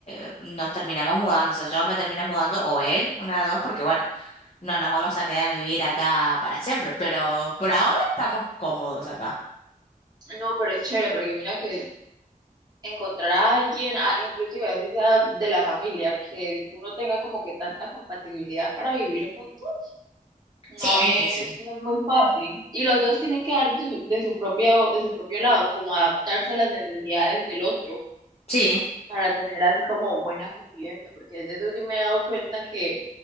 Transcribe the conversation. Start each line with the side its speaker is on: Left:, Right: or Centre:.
Left: eh, nos terminemos mudando. O sea, yo me termine mudando o él, una de dos, porque bueno, no nos vamos a quedar vivir acá para siempre. Pero por ahora estamos cómodos acá.
Right: no, pero es chévere porque mira que encontrar a alguien, a- inclusive así sea de la familia, que uno tenga como que tanta compatibilidad para vivir juntos, no
Left: Sí, es
Right: es,
Left: difícil.
Right: no es muy fácil. Y los dos tienen que dar de su, de su propio, de su propio lado, como adaptarse a las necesidades del otro
Left: Sí,
Right: para tener así como buena convivencia, porque desde eso sí me he dado cuenta que